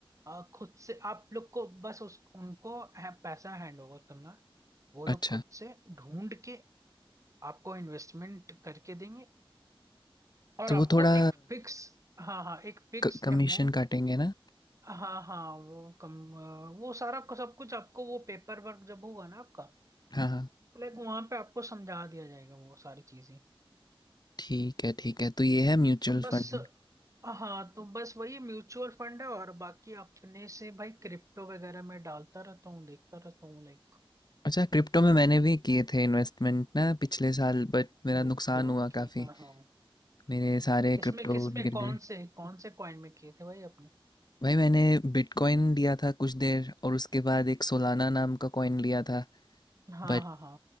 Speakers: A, on the right (about 35°); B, on the left (about 45°).
A: आ, खुद से आप लोग को बस उस उनको है, पैसा हैंड ओवर करना है। वो लोग
B: अच्छा
A: खुद से ढूंढ के आपको इन्वेस्टमेंट करके देंगे और
B: तो
A: आपको
B: वो थोड़ा
A: एक फिक्स हाँ हाँ एक फिक्स
B: क- कमीशन
A: अमाउंट
B: काटेंगे ना
A: हाँ हाँ वो कम आ, वो सारा को- सब कुछ आपको वो पेपर वर्क जब होगा ना आपका
B: हाँ हाँ
A: लाइक वहां पे आपको समझा दिया जाएगा वो सारी चीजें
B: ठीक है ठीक है तो ये है म्यूचुअल
A: तो बस
B: फंड
A: हाँ तो बस वही म्यूचुअल फंड है और बाकी अपने से भाई क्रिप्टो वगैरह में डालता रहता हूँ देखता रहता हूँ लाइक
B: अच्छा क्रिप्टो में मैंने भी किए थे इन्वेस्टमेंट ना पिछले साल बट मेरा
A: ओके
B: नुकसान
A: ओके
B: हुआ काफ़ी
A: हाँ हाँ
B: मेरे सारे
A: किसमें
B: क्रिप्टो
A: किसमें
B: गिर
A: कौन
B: गए
A: से कौन से कॉइन में किए थे भाई अपने
B: भाई मैंने बिटकॉइन लिया था कुछ देर और उसके बाद एक सोलाना नाम का कॉइन लिया था
A: हाँ
B: बट
A: हाँ हाँ